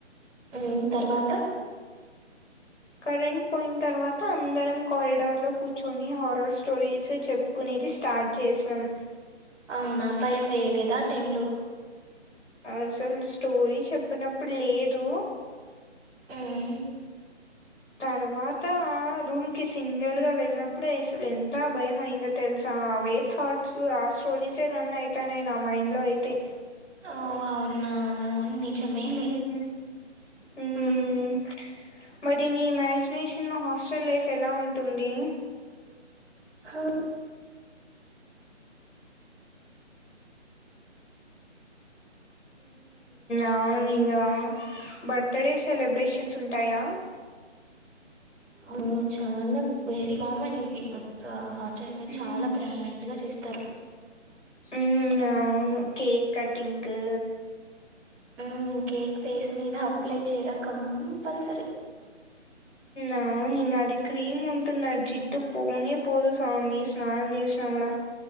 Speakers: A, in the centre; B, on the left.
A: ఉ తర్వాత
B: కరెంట్ పోయిన్ తర్వాత అందరం కారిడర్ లో కూర్చొని హారర్ స్టోరీస్ చెపు కునేది స్టార్ట్ జేస్నాం
A: అవునా భయం వేయలేదా ఆ టైమ్ లో
B: అసల్ స్టోరీ చెప్పినప్పుడు లేదు
A: ఉమ్
B: తర్వాతా రూమ్ కి సింగిల్ గా వెళ్ళినప్పుడే అస్సల్ ఎంతా భయం అయిందో తెల్సా అవే థాట్స్ ఆ స్టోరీసే రన్ అయితాన్నయి నా మైండ్లో అయితే
A: ఓ అవున్నా అవున్ నిజమేలే
B: మ్మ్. మ్మ్.
A: ఉమ్
B: మరి నీ ఇమాజినేషన్ లో హాస్టల్ లైఫ్ ఎలా ఉంటుంది
A: హ
B: అవునింగా బర్త్డే సెలబ్రేషన్స్ ఉంటాయా
A: హా చాన వెరీ కామన్ ఇది ఇంకా హాస్టల్ లో
B: మ్మ్.
A: చాలా గ్రాండ్ గా చేస్తారు
B: ఉమ్ ప్చ్ అవును కేక్ కటింగూ
A: ఉమ్ కేక్ ఫేస్ మీద అప్లై చేయడం కంపల్సరీ
B: ఆ ఇంగ అది క్రీమ్ ఉంటుందా జిడ్డు పోనే పోదు స్వామి స్నానం జేస్నా గూడ